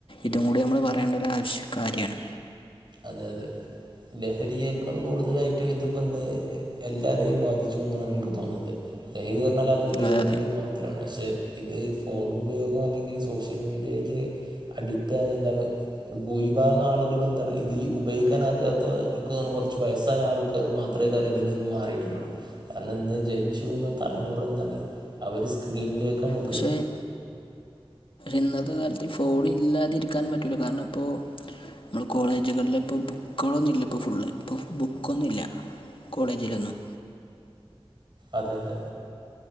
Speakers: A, on the left (about 60°); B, on the right (about 50°).
A: ഇതും കൂടി നമ്മൾ പറയേണ്ട ഒരാശ് കാര്യണ്
B: അതെ അതെ ലഹരിയേക്കാൾ കൂടുതലായിട്ടും ഇതിപ്പന്ന് എല്ലാരെയും ബാധിച്ചു എന്നാണ് എനിക്ക് തോന്നുന്നത് ലഹീന്ന് പറഞ്ഞാൽ അത് ഉപയോഗിക്കുന്നവരു
A: അതെ അതെ
B: മാത്രണ് പക്ഷെ ഇത് ഫോൺ ഉപയോഗം അല്ലെങ്കിൽ സോഷ്യൽ മീഡിയയിൽ അഡിക്റ്റ് ആയത് എന്താണ് ഭൂരിഭാഗം ആളുകളും ഇത് ഈ ഉപയോഗിക്കാൻ അറിയാത്ത എനിക്ക് തോന്നുന്ന് കൊറച്ച് വയസ്സായ ആൾക്കാർ മാത്രമേ കറിതിൽ നിന്ന് മാറിയിട്ടുള്ളു കാരണം ഇന്ന് ജനിച്ചു വീണ തലമുറ എന്താണ് അവര് സ്ക്രീനിലേക്കാ നോകുന്നത്
A: പക്ഷേ ഇന്നത്തെ കാലത്ത് ഈ ഫോൺ ഇല്ലാതിരിക്കനും പറ്റൂല കാരണം ഇപ്പോ കോളേജുകളിൽ ഇപ്പോ ബുക്കുകളൊന്നുല്ല ഇപ്പോ ഫുള്ള് ഇപ്പ ബുക്കൊന്നുമില്ല കോളേജിൽ ഒന്നും
B: അതെ അല്ലേ